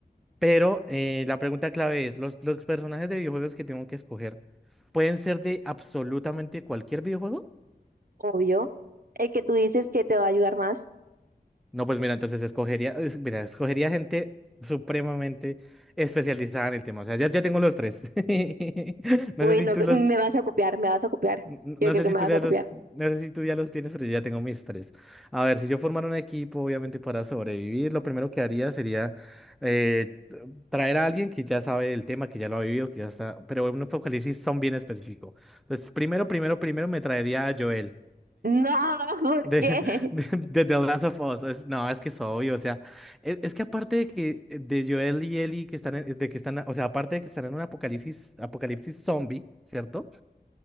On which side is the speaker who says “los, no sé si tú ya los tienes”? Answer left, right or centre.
Centre